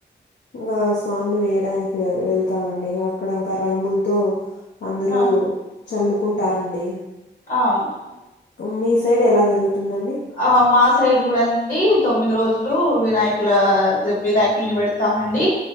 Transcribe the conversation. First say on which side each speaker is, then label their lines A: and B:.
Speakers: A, on the left; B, on the left.
A: ఇంకా స్వామిని వేయడానికి ఎళ్తామండి అక్కడ ఇంకా రంగులతో అందరూ
B: ఆ
A: చల్లుకుంటారండి
B: అవున
A: మీ సైడ్ ఎలా జరుగుతుందండి
B: ఆ మా సైడ్ కూడానండి తొమ్మిది రోజులు వినాయకుల వినాయకుల్ని పెడతామండి